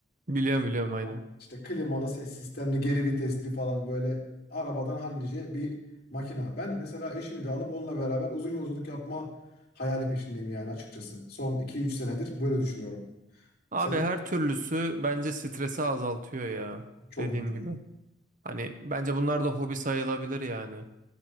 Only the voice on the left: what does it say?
Tamam, İşte klimalı ses sistemli, geri vitesli falan böyle arabadan hallice bir makina. Ben mesela eşimi de alıp onunla beraber uzun yolculuk yapma hayali peşindeyim yani açıkçası. Son iki üç senedir böyle düşünüyorum.
Sen
çok
mutluyum.